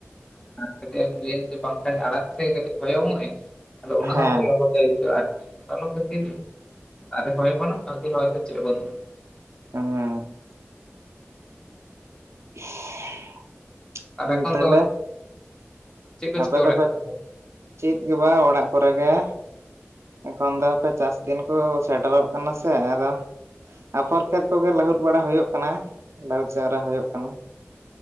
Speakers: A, on the left (about 15°); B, on the right (about 70°).
A: ᱠᱟᱹᱴᱤᱡ ᱮᱢ ᱞᱟᱹᱭᱟ ᱡᱮ ᱯᱟᱝᱠᱷᱟᱱ ᱟᱲᱟᱜ ᱛᱮ ᱠᱟᱹᱴᱤᱡ ᱦᱚᱭᱚᱝᱚᱜ ᱟᱹᱧ ᱟᱫᱚ ᱚᱱᱟ
B: ᱦᱮᱸ
A: ᱦᱚᱸᱛᱚ ᱞᱚᱞᱚ ᱜᱮ ᱟᱭᱠᱟᱹᱜ-ᱟ ᱟᱨᱠᱤ ᱞᱚᱞᱚ ᱠᱷᱟᱛᱤᱨ ᱟᱨᱮ ᱦᱚᱭ ᱟᱵᱚᱱᱟ ᱦᱚᱭ ᱨᱮ ᱪᱮᱫ ᱵᱟᱹᱱᱩᱜ ᱟ ᱾
B: ᱦᱩᱸ᱾ <inaudible>
A: ᱟᱨ
B: ᱦᱮᱸ
A: ᱮᱠᱷᱚᱱ
B: ᱛᱟᱦᱞᱮ
A: ᱫᱚ ᱪᱮᱫ ᱠᱚ
B: ᱟᱯᱮ
A: ᱪᱤᱠᱟᱹ ᱵᱟᱲᱟᱭᱮᱫ
B: ᱫᱚᱯᱮ
A: ᱠᱟᱱᱟ ᱛᱟᱦᱚᱞᱮ?
B: ᱪᱮᱫ ᱜᱮ ᱵᱟ ᱚᱲᱟᱜ ᱠᱚᱨᱮ ᱜᱮ᱾ ᱮᱠᱷᱚᱱ ᱫᱚ ᱦᱟᱯᱮ ᱪᱟᱥ ᱫᱤᱱ ᱠᱚ ᱥᱮᱴᱮᱨᱚᱜ ᱠᱟᱱᱟ ᱥᱮ ᱟᱫᱚ ᱟᱯᱷᱚᱨ ᱠᱷᱮᱛ ᱠᱚᱜᱮ ᱞᱟᱹᱦᱩᱫ ᱵᱟᱲᱟ ᱦᱩᱭᱩᱜ ᱠᱟᱱᱟ ᱞᱟᱹᱦᱩᱫ ᱡᱟᱣᱨᱟ ᱦᱩᱭᱩᱜ ᱠᱟᱱᱟ᱾